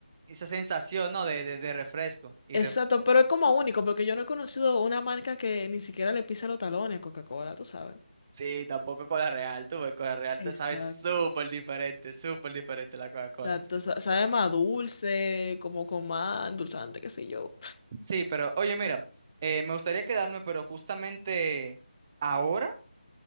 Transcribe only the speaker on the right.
esa sensación, ¿no? De, de, de refresco. Y
ref-
Sí, tampoco Cola Real, tú, porque Cola Real
te sabe súper diferente, súper diferente la Coca-Cola.
Su-
Sí, pero oye, mira, eh, me gustaría quedarme, pero justamente ahora